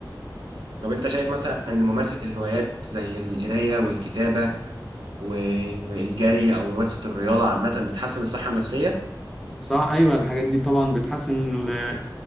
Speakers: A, on the right; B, in the centre.
A: طب انت شايف مثلا ان ممارسه الهوايات زي القرايه والكتابه والجري او ممارسه الرياضه عامه بتحسن الصحه النفسيه
B: صح أيوة الحاجات دي طبعا بتحسن ال-